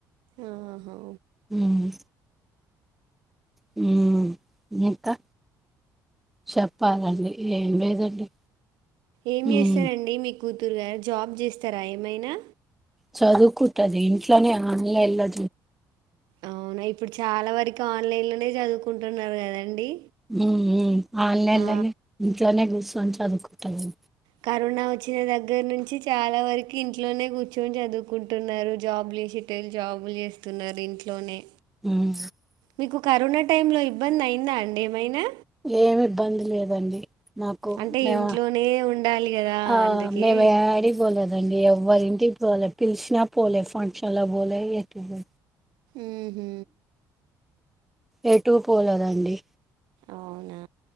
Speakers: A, on the right; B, in the centre.
A: ఆహా
B: హ్మ్మ్ హ్మ్ ఇంకా చెప్పాలండి ఏం లేదండి
A: ఏం
B: ఉమ్
A: చేస్తారండి మీ కూతురు గారు జాబ్ చేస్తారా ఏమైనా
B: చదువు కుట్టది ఇంట్లోనే ఆన్లైన్ లో
A: అవునా ఇప్పుడు చాలా వరకు ఆన్లైన్ లోనే చదువుకుంటున్నారు కదండి
B: హ అల్నేలనే
A: ఆ,
B: ఇంట్లోనే కూర్చుని చదువు కుంటది
A: కరోనా వచ్చిన దగ్గర దగ్గర నుంచి చాలా వరకు ఇంట్లోనే కూర్చొని చదువుకుంటున్నారు జాబ్ లేసిటైల్ జాబ్ లేదు ఇంటిలోనే
B: ఉమ్
A: మీకు కరోనా టైంలో ఇబ్బంది అయిందా అండి ఏమైనా
B: ఏమి ఇబ్బంది లేదండి మాకు
A: అంటే
B: మేము
A: ఇంట్లోనే ఉండాలి కదా
B: ఆ
A: అందుకే
B: మేము యాడికి పోలేదు దండి ఎవ్వరింటిక్ పోలే. పిలిచినా పోలే. ఫంక్షన్లక్ పోలే. ఎటు పో
A: మ్ హు
B: ఎటు పోలేదండి.
A: అవునా!